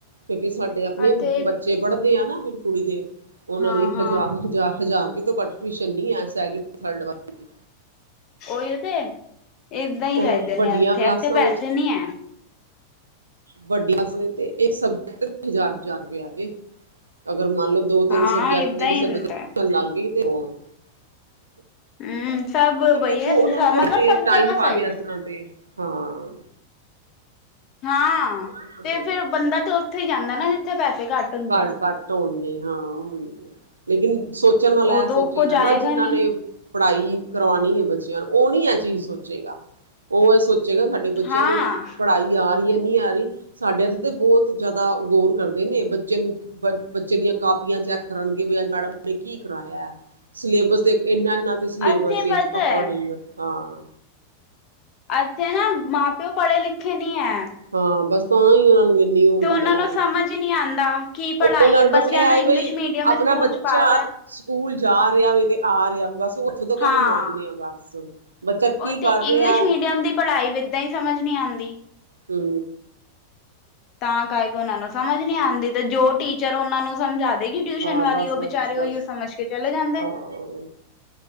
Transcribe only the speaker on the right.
ਕਿਉਂਕਿ ਸਾਡੇ ਆਪਣੇ
ਬੱਚੇ ਪੜ੍ਹਦੇ ਆ, ਨਾ ਮੇਰੀ ਕੁੜੀ ਦੇ ਉਹਨਾਂ
ਦੀ ਹਜਾ਼ਰ, ਹਜ਼ਾਰ ਹਜਾਰ ਰੁਪਏ ਤੋਂ ਘੱਟ ਟਿਊਸ਼ਨ ਨਹੀਂ ਹੈ, ਸੈਕਿੰਡ ਤੇ ਥਰਡ ਵਾਲੀ
ਔਰ ਵੱਡੀਆਂ
ਕਲਾਸਾਂ
ਵੱਡਆ ਤੇ ਇੱਕ ਸਬਜੈਕਟ ਹਜ਼ਾਰ, ਹਜਾਰ ਰੁਪਆ ਵੇ, ਅਗਰ ਮੰਨ ਲਓ ਦੋ ਤਿੰਨ
ਸਬਜੈਕਟ
ਨੇ ਕਿਸੇ
<unintelligible> ਲੱਗ ਗਈ ਤੇ ਔਹ <inaudible>
ਫੇਰ
ਵੇਖੋ
ਉਹਨਾਂ ਨੇ ਪੜ੍ਹਾਤੇ
ਟਾਈਮ
ਪਾਸ
ਇਸ
ਤਰ੍ਹਾਂ ਪਏ ਹਾਂ।
ਆਪਣੇ
<unintelligible> ਘੱਟ ਹੋਣਗੇ ਹਾਂ। ਲੇਕਿਨ ਸੋਚਣ ਵਾਲਾ
ਇਹ
ਸੋਚੇਗਾ
ਨਾ, ਜਿਨਾਂ
ਨੇ ਪੜ੍ਹਾਈ ਕਰਵਾਉਣੀ ਹੈ ਬੱਚਿਆਂ ਨੂੰ, ਉਹ ਨੀ ਇਹ ਚੀਜ਼ ਸੋਚੇਗਾ ਉਹ ਇਹ ਸੋਚ ਜੇਕਰ ਸਾਡੇ ਬੱਚਿਆਂ
ਨੂੰ ਪੜ੍ਹਾਈ ਯਾਦ ਨਹੀਂ ਆ ਰਹੀ, ਸਾਡੇ ਇੱਥੇ ਤੇ ਬਹੁਤ ਜ਼ਿਆਦਾ ਗੌਰ ਕਰਦੇ ਨੇ ਬੱਚਿਆਂ ਬੱਚੇ ਨੂੰ ਬੱਚੇ ਦੀਆਂ ਕਾਪੀਆਂ ਚੈੱਕ ਕਰਨਗੇ, ਵੀ ਅੱਜ ਮੈਡਮ ਨੇ ਕੀ ਕਰਾਇਆ। ਸਿਲੇਬਸ ਦੇ ਇਨਾ ਇਹਨਾਂ ਦੇ ਸਿਲੇਬਸ
ਦੇ
ਅਕੋਰਡਿੰਗ
ਹਾਂ।
ਹਾਂ ਬਸ ਤਾਂ ਹੀ ਉਹਨਾਂ ਨੂੰ ਇੰਨੀ ਉਹ
ਨੀ
ਨਾ
ਹੈ
ਉਹ ਨਾਲ
ਬਸ
ਇਹ ਆਏ
ਬਈ
ਆਪਣਾ
ਬੱਚਾ
ਸਕੂਲ ਜਾ ਰਿਹਾ ਵੀ ਤੇ ਆ ਰਿਹਾ, ਬਸ ਉਹ ਉੱਥੋਂ ਤੱਕ
ਨੀ ਮੰਨਨੇਦ ਆ, ਬਸ ਬੱਚਾ
ਕੀ ਕਰ
ਰਿਹਾ
ਹੂੰ।
ਹਾਂ
ਬਸ
ਬਸ ਬਸ
ਹਾਂ